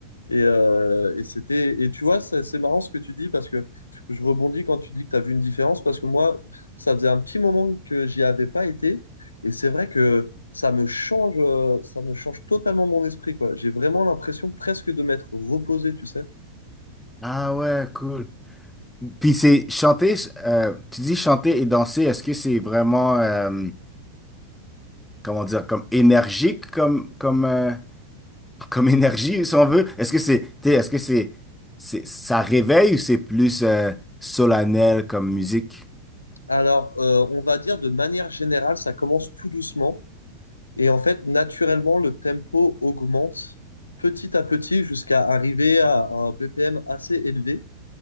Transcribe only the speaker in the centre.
Ah ouais, cool. Puis c'est chanter, euh, tu dis chanter et danser, est-ce que c'est vraiment, euh, comment dire, comme énergique comme, comme, euh, comme énergie, si on veut? Est-ce que c'est, t'sais, est-ce que c'est, c'est, ça réveille ou c'est plus euh, solennel comme musique?